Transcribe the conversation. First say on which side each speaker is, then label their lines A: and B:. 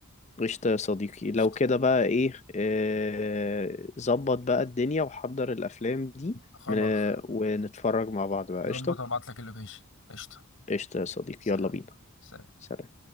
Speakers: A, on the left; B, on the left.
A: قشطة يا صديقي
B: قشطه
A: لو كده بقى ايه آه، ظبط بقى الدنيا وحضر الأفلام دي
B: خلاص
A: من- آه، ونتفرج مع بعض بقى
B: ظبط
A: قشطة
B: وابعت لك اللوكيشن قشطه
A: قشطة يا صديقي
B: سلام
A: يلا بينا
B: سلام
A: سلام